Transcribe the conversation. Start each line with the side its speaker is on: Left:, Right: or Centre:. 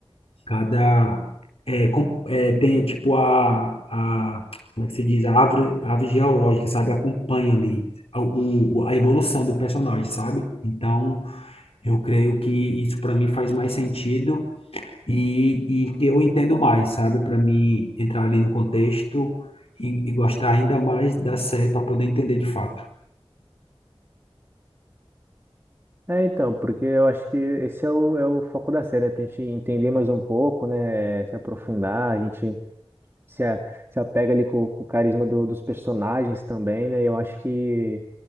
Left: cada. É, com- é, tem tipo a, a. Como é que se diz? A árvore, a árvore geológica, sabe? Acompanha ali a, o, a evolução do personagem, sabe? Então, eu creio que isso para mim faz mais sentido e, e que eu entendo mais, sabe? Para mim entrar ali no contexto e, e gostar ainda mais da série para poder entender de fato.
Right: É, então, porque eu acho que esse é o, é o foco da série, né? Pra gente entender mais um pouco, né? Se aprofundar, a gente se, a- se apega ali com, com o carisma do- dos personagens também, né? Eu acho que